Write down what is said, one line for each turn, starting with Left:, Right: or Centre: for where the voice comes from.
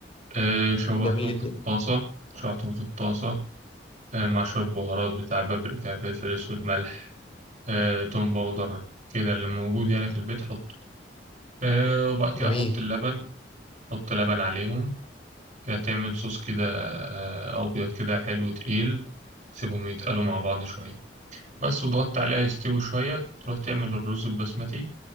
Right: آه، شوحتهم
Left: جميل
Right: في
Left: جدا
Right: الطاسة شوحتهم في الطاسة آه، مع شوية بهارات بتاع بابريكا فلفل اسود ملح آه، توم باودر كده اللي موجود يعني في البيت حطه آه، وبعد
Left: جميل
Right: كده احط اللبن احط لبن عليهم كده تعمل صوص كده آه، ابيض كده حلو تقيل سيبهم يتقلوا مع بعض شوية بس وضغطت عليها يستوي شوية تروح تعمل الرز البسمتي